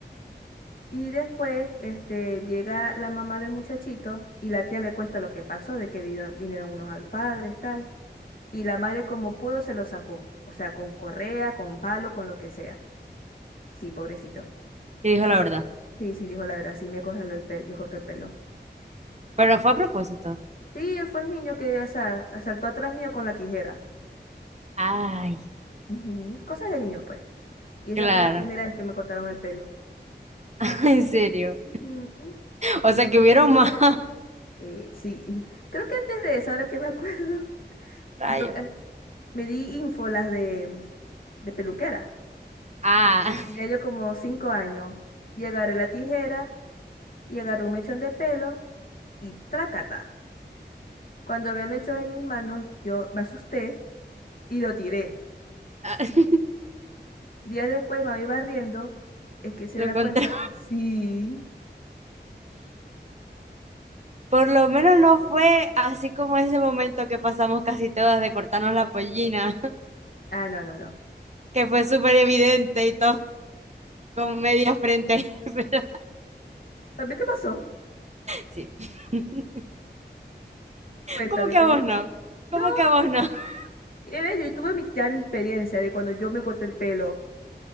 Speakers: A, on the left; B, on the right.
A: Y después, este, llega la mamá del muchachito y la tía le cuenta lo que pasó, de que vino- vinieron unos al padre, tal. Y la madre como pudo se lo sacó, o sea, con correa, con palo, con lo que sea. Sí, pobrecito.
B: Y dijo la verdad.
A: Sí, sí, dijo la verdad, sí, me congeló el pelo, me cortó el pelo.
B: Pero fue a propósito.
A: Sí, él fue el niño que asa- saltó atrás mío con la tijera.
B: Ay,
A: Ujú, Cosas de niño, pues. Y esa
B: claro.
A: fue la primera vez que me cortaron el pelo.
B: <laughs> En serio.
A: Ujú.
B: O sea que hubieron más <laughs>
A: Eh, sí, <laughs> creo que antes de eso, ahora que me acuerdo, <laughs>
B: rayos.
A: yo eh, me di ínfolas de, de peluquera.
B: Ah,
A: Tendría yo como cinco años y agarré la tijera y agarré un mechón de pelo y trácata. Cuando vi el mechón en mis manos, yo me asusté y lo tiré.
B: <laughs>
A: Días después, mami barriendo, es que se
B: lo
A: da
B: encontré.
A: cuenta. Sí.
B: Por lo menos no fue así como ese momento que pasamos casi todas de cortarnos la pollina, <laughs>
A: Ah, no, no, no.
B: que fue súper evidente y todos con media frente. <laughs> Pero,
A: ¿También te pasó?
B: sí. <laughs>
A: Cuéntame
B: ¿Cómo que
A: cómo
B: a vos
A: fue.
B: no?
A: No,
B: ¿Cómo que a vos no? <laughs>
A: eh, yo tuve mi- ya mi experiencia de cuando yo me corté el pelo.